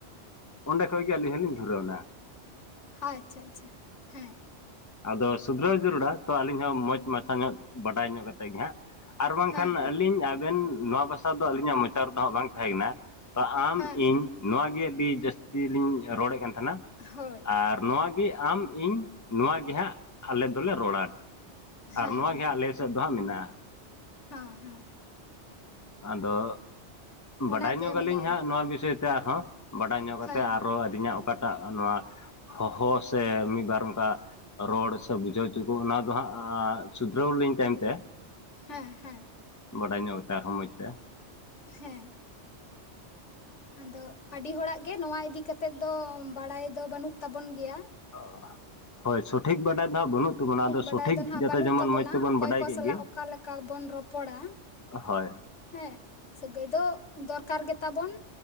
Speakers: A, on the left; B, on the left.
A: ᱚᱸᱰᱮ ᱠᱷᱚᱡ ᱜᱮ ᱟᱹᱞᱤᱧ ᱦᱚᱞᱤᱧ ᱫᱷᱩᱨᱟᱹᱣᱱᱟ
B: ᱟᱪᱪᱷᱟ ᱟᱪᱪᱷᱟ ᱦᱮᱸ
A: ᱟᱫᱚ ᱥᱩᱫᱷᱨᱟᱹᱣ ᱡᱟᱹᱨᱩᱲᱟ ᱛᱚ ᱟᱹᱞᱤᱧ ᱦᱚᱸ ᱢᱚᱡᱽ ᱢᱟᱪᱷᱟ ᱧᱚᱜ ᱵᱟᱰᱟᱭ ᱧᱚᱜ ᱠᱟᱛᱮ ᱜᱮ ᱦᱟᱸᱜ ᱟᱨ ᱵᱟᱝᱠᱷᱟᱱ
B: ᱦᱮᱸ ᱦᱮᱸ
A: ᱟᱹᱞᱤᱧ ᱟᱵᱮᱱ ᱱᱚᱣᱟ ᱵᱷᱟᱥᱟ ᱫᱚ ᱟᱹᱞᱤᱧᱟᱜ ᱢᱚᱪᱟ ᱨᱮ ᱫᱚ ᱦᱟᱸᱜ ᱵᱟᱝ ᱛᱟᱦᱮᱸ ᱠᱟᱱᱟ ᱛᱚ ᱟᱢ,
B: ᱦᱮᱸ
A: ᱤᱧ
B: ᱦᱮᱸ
A: ᱱᱚᱣᱟ ᱜᱮ ᱟᱹᱰᱤ ᱡᱟᱹᱥᱛᱤ ᱞᱤᱧ ᱨᱚᱲᱮᱠᱟᱱ ᱛᱟᱦᱮᱱᱟ
B: ᱦᱳᱭ
A: ᱟᱨ ᱱᱚᱣᱟᱜ ᱜᱮ ᱟᱢ ᱤᱧ ᱱᱚᱣᱟ ᱜᱮ ᱦᱟᱸᱜ ᱟᱞᱮ ᱫᱚᱞᱮ ᱨᱚᱲᱟ
B: ᱦᱮᱸ
A: ᱟᱨ ᱱᱚᱶᱟ ᱜᱮ ᱦᱟᱸᱜ ᱟᱞᱮ ᱥᱮᱫ ᱫᱚ ᱦᱟᱸᱜ ᱢᱮᱱᱟᱜᱼᱟ
B: ᱦᱮ ᱦᱮᱸ
A: ᱟᱫᱚ
B: ᱚᱱᱟᱜᱮ
A: ᱵᱟᱰᱟᱭ ᱧᱚᱜ
B: ᱢᱟᱱᱮ
A: ᱟᱞᱤᱧ ᱦᱟᱸᱜ ᱱᱚᱣᱟ ᱵᱤᱥᱚᱭ ᱛᱮ ᱟᱨ ᱦᱚᱸ ᱵᱟᱰᱟᱭ ᱧᱚᱜ ᱠᱟᱛᱮ
B: ᱦᱮᱸ
A: ᱟᱨ ᱦᱚᱸ ᱟᱹᱫᱤᱧᱟᱜ ᱚᱠᱟᱴᱟᱜ ᱱᱚᱣᱟ ᱦᱚᱦᱚ ᱥᱮ ᱢᱤᱫ ᱵᱟᱨ ᱚᱱᱠᱟ ᱨᱚᱲ ᱥᱮ ᱵᱩᱡᱷᱟᱹᱣ ᱦᱚᱪᱚ ᱠᱚ ᱚᱱᱟ ᱫᱚ ᱦᱟᱸᱜ ᱥᱩᱫᱷᱨᱟᱹᱣ ᱞᱤᱧ ᱛᱟᱭᱚᱢ ᱛᱮ
B: ᱦᱮᱸ ᱦᱮᱸ
A: ᱵᱟᱰᱟᱭ ᱧᱚᱜ ᱠᱟᱛᱮ ᱟᱨ ᱦᱚᱸ ᱢᱚᱡᱽ ᱛᱮ
B: ᱦᱮᱸ ᱟᱫᱚ ᱟᱹᱰᱤ ᱦᱚᱲᱟᱜ ᱜᱮ ᱱᱚᱣᱟ ᱤᱫᱤ ᱠᱟᱛᱮᱫ ᱫᱚ ᱵᱟᱲᱟᱭ ᱫᱚ ᱵᱟᱹᱱᱩᱜ ᱛᱟᱵᱚᱱ ᱜᱮᱭᱟ
A: ᱚ <inaudible> ᱦᱳᱭ ᱥᱚᱴᱷᱤᱠ ᱵᱟᱰᱟᱭ ᱫᱚ ᱦᱟᱸᱜ ᱵᱟᱹᱱᱩᱜ ᱛᱟᱵᱚᱱᱟ ᱟᱫᱚ
B: ᱵᱟᱰᱟᱭ
A: ᱥᱚᱴᱷᱤᱠ
B: ᱫᱚ ᱱᱟᱦᱟᱜ
A: ᱡᱟᱛᱮ
B: ᱵᱟᱹᱱᱩᱜ
A: ᱡᱮᱢᱚᱱ
B: ᱛᱟᱵᱚᱱᱟ
A: ᱢᱚᱸᱡᱽ ᱛᱮᱵᱚᱱ
B: ᱚᱠᱚᱭ
A: ᱵᱟᱰᱟᱭ
B: ᱠᱚ
A: ᱠᱮᱫ
B: ᱥᱟᱞᱟᱜ
A: ᱜᱮ
B: ᱞᱮᱠᱟ ᱚᱠᱟ ᱵᱚᱱ <inaudible> ᱨᱚᱯᱚᱲᱟ
A: ᱦᱳᱭ
B: ᱦᱮᱸ ᱥᱟᱹᱜᱟᱹᱭ ᱫᱚ ᱫᱚᱨᱠᱟᱨ ᱜᱮ ᱛᱟᱵᱚᱱ